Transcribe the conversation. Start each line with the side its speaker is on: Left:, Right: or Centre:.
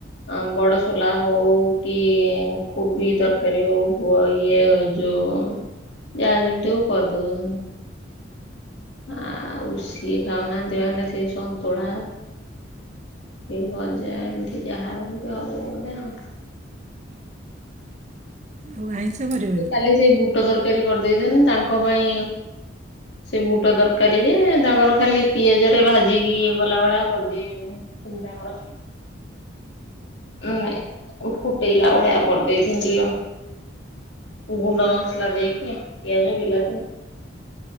Left: ଅଁ ବଡସୋଲା ହଉ କି କୋବି ତରକାରୀ ହଉ ବ ଇଏ ଯ ଯଉ ଯାହା ଯେମିତି ହଉ କରିଦଉ ନନେ। ଆଉ ସିଏ ଖାଉ ନାହାଁନ୍ତି ମାନେ ସେଇ ସନ୍ତୁଳା। ଏ ଭଜା ଏମିତି ଯାହା ଏମତି ହବ ବୋଧେ ଆଉ।
Right: ଆଉ ଆଇଁଷ କରିବ
Left: କୁ କାଲି ସେଇ ବୁଟ ତରକାରୀ କରି ଦେଇଥାନ୍ତି ତାଙ୍କ ପାଇଁ ସେ ବୁଟ ତରକାରୀ ଯେ ତାଙ୍କର ଖାଲି ପିଆଜ ରେ ଭାଜିକି ଇଏ କଲା ଭଳିଆ କରିଦିଏ। <unintelligible> କର। ଉଁ ଉ ଫୁଟେଇଲା ଭଳିଆ କରିଦେଇ ଥିନି ଟିକେ। ଗୁଣ୍ଡ ମସଲା ଦେଇକି ପିଆଜ ବିଲାତି।